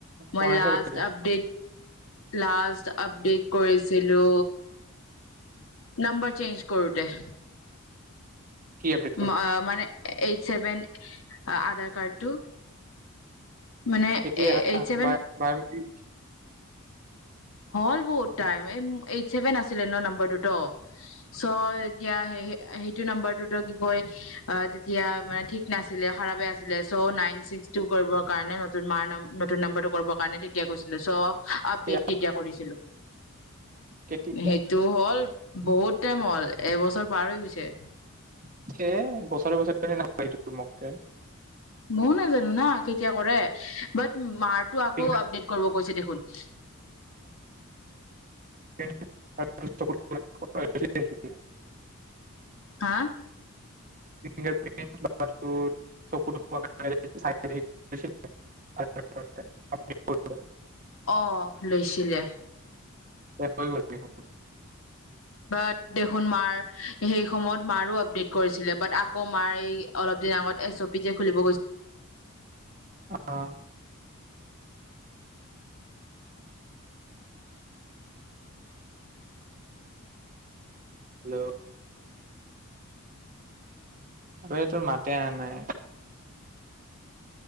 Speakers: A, on the left (about 70°); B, on the right (about 40°).
A: মই
B: বনাইছ
A: লাষ্ট
B: কেতিয়া?
A: আপডেট লাষ্ট আপডেট কৰিছিলো নাম্বাৰ চেঞ্জ কৰোতে।
B: কি আপডেট কৰিছ?
A: মা', মানে এইট চছেভেন আধাৰ কাৰ্ডটো মানে
B: কেতিয়া হা
A: এইট ছেভেন
B: বাইমেটিক
A: হল বহুত টাইম এই এইট ছেভেন আছ ন', নম্বৰত চ এতিয়া হেই সেইটো নম্বৰটোতো কি কয় অ', তেতিয়া মানে থঠিক নাছিলে খাৰ আছিলে চ নাইন ছিক্স টু কৰিব কাৰণে নতুন মাৰ নতুন নম্বৰটো কৰিব কাৰণে তেতিয়াৈ গৈছিলোঁ। চ ', আপডেত
B: কেতিয়া?
A: তেতিয়া কৰিছিলো
B: কেতিয়া?
A: সেইটোও হ', হল বহুত টাইম হ'ল এবছৰ পাৰ হৈ গৈছে।
B: <unintelligible>
A: মই নাজানো ন কেতিয়া কৰে বাট মাৰ টো আকৌ
B: ফিংগাৰ
A: আপডেট কৰিব কৈছে দেখোন।
B: হয়', <unintelligible>
A: হা',
B: ফিংগাৰ প্ৰিণ্ট পাচবুক চকু তকো চাই পিনে এইখিনি আপডেট কৰোঁতে
A: আহ ', লৈছিলে।
B: এ হৈ গ'ল দেখোন
A: বাট দেখোন মাৰ সেই সময়ত মাৰো আপডেট কৰিছিলে বাট আকৌ মাৰ এই অলপ দিন আগত এছ অ' পি যে খুলিব গৈছিল।
B: অ', হেল্ল', আটো মাতে অ', নাই?